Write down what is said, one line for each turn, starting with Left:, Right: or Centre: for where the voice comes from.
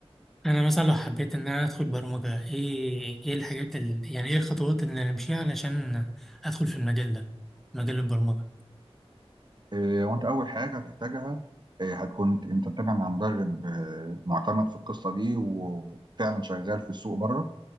Centre: انا مثلا لو حبيت ان انا ادخل برمجة ايه ايه الحاجات ال... يعني ايه الخطوات اللي انا امشيها علشان ادخل في المجال ده مجال البرمجة
Right: آه، وانت اول حاجه هتحتاجها آه، هتكون انت متابع مع مدرب آه، معتمد في القصه دي وفعلا شغال في السوق بره